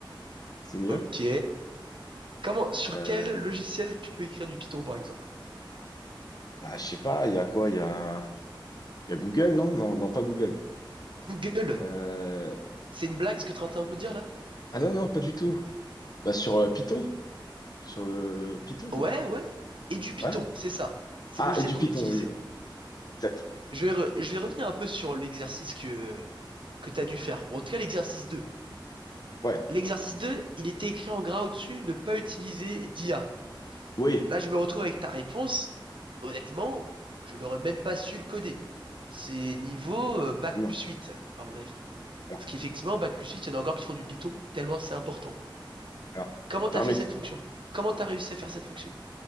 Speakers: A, on the left; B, on the right.
A: c'est mieux.
B: Ok. Comment, sur
A: Euh,
B: quel logiciel tu peux écrire du Python, par exemple?
A: bah, je sais pas, il y a quoi? Il y a, il y a Google, non? Non, non, pas Google.
B: Google.
A: Euh,
B: C'est une blague ce que tu es en train de me dire là?
A: ah non, non, pas du tout. Bah, sur euh, Python, sur le Python, quoi.
B: Ouais, ouais. Et du Python,
A: Ouais.
B: c'est ça. C'est
A: Ah,
B: le logiciel
A: et du
B: qu'on
A: Python,
B: utilisait.
A: oui, ouais. Exact.
B: Je vais, re- je vais revenir un peu sur l'exercice que, que tu as dû faire. Bon, En tout cas, l'exercice 2.
A: Ouais,
B: L'exercice 2, il était écrit en gras au-dessus, ne pas utiliser d'IA.
A: oui.
B: Là, je me retrouve avec ta réponse. Honnêtement, je n'aurais même pas su le coder. C'est niveau euh, bac
A: Ah non.
B: plus 8, à mon avis.
A: Alors,
B: Parce qu'effectivement, bac plus 8, il y en a encore qui font du Python, tellement c'est important.
A: alors,
B: Comment t'as
A: permettez,
B: fait cette fonction? Comment t'as réussi à faire cette fonction?